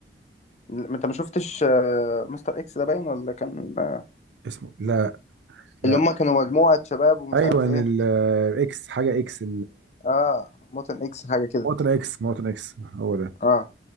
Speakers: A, on the left (about 35°); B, on the right (about 70°).
A: لا، انت ما شفتش آه، مستر اكس ده باين ولا كان آه،
B: اسمه لا لا
A: اللي هم كانوا مجموعة شباب ومش
B: ايوه
A: عارف
B: الاكس
A: ايه
B: حاجه اكس
A: اه موتن اكس حاجة كده
B: مواطن اكس مواطن اكس هو ده
A: اه